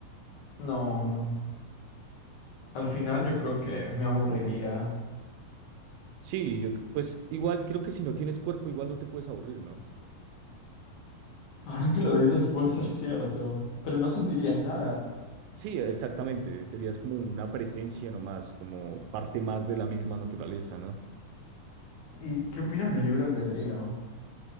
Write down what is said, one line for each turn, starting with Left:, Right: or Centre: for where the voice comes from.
Left: No. Al final yo creo que me aburriría.
Right: Sí, yo c- pues igual creo que si no tienes cuerpo, igual no te puedes aburrir, ¿no?
Left: <laughs> Ahora que lo dices puede ser cierto, pero no sentirías nada.
Right: Sí, exactamente. Serías como una presencia nomás, como parte más de la misma naturaleza, ¿no?
Left: ¿Y qué opinas del libre albedrío?